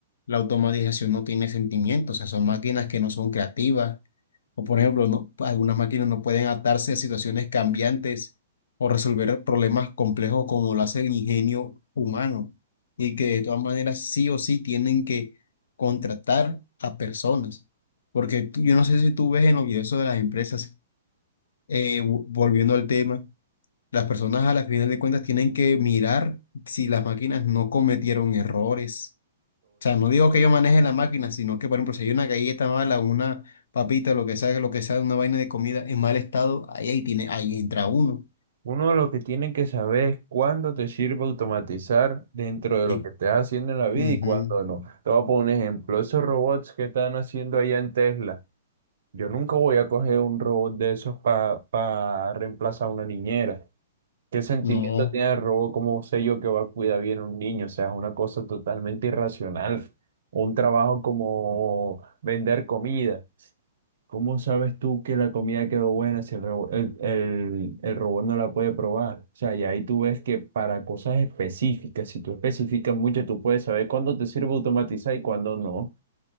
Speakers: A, on the left (about 80°); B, on the right (about 75°).
A: la automatización no tiene sentimientos, o sea, son máquinas que no son creativas, o por ejemplo, no- algunas máquinas no pueden adaptarse a situaciones cambiantes o resolver problemas complejos como lo hace el ingenio humano, y que de todas maneras sí o sí tienen que contratar a personas, porque tú- yo no sé si tú ves en los videos de las empresas eh, vo- volviendo al tema, las personas a la final de cuentas tienen que mirar si las máquinas no cometieron errores. O sea, no digo que yo maneje la máquina, sino que, por ejemplo, si hay una galleta mala, una papita, lo que sea, lo que sea, una vaina de comida en mal estado, ahí, ahí tiene, ahí entra uno.
B: Uno lo que tiene que saber es cuándo te sirve automatizar dentro de
A: Y,
B: lo que estás haciendo en la vida
A: ujú,
B: y cuándo no. Te voy a poner un ejemplo. Esos robots que están haciendo allá en Tesla. Yo nunca voy a coger un robot de esos para reemplazar a una niñera. ¿Qué sentimiento
A: no.
B: tiene el robot? ¿Cómo sé yo que va a cuidar bien a un niño? O sea, es una cosa totalmente irracional. Un trabajo como vender comida. ¿Cómo sabes tú que la comida quedó buena si el, rebo- el, el- el robot no la puede probar? O sea, y ahí tú ves que para cosas específicas, si tú especificas mucho, tú puedes saber cuándo te sirve automatizar y cuándo no.